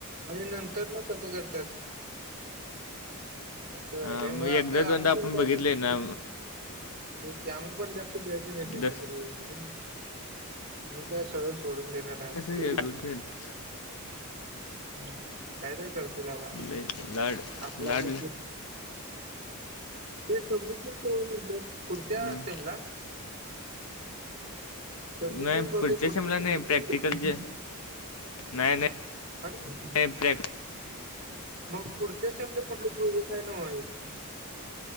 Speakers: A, on the right; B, on the left.
A: आणि नंतर मग कसं करत्यात? असं आहे
B: हां,
A: रे मग
B: एकदा
A: आता
B: दोनदा
A: आम्ही
B: आपण
A: पण काय
B: बघितलंय ना
A: <unintelligible> तेच की आम्ही पण
B: दस
A: <unintelligible> मी तर सगळं सोडून देणार आहे
B: <inaudible>
A: बाबा. हम्म कायतरी करतील बाबा, आपल्याला
B: लय
A: काय
B: लाड
A: आपलं आपलं
B: लाड
A: ते सबमीशनच कवा आय म्हणल्यात, पुढच्या
B: हं.
A: असेमला सबमिशन
B: नाही
A: बहुतेक पुढच्या
B: सेमला
A: सेमीस्टर
B: नाही प्रॅक्टिकलचे
A: ला
B: नाही नाही
A: अरे
B: नाही प्रॅक
A: मग, पुढच्या सेमला कुठला प्रोजेक्ट आहे नव एक?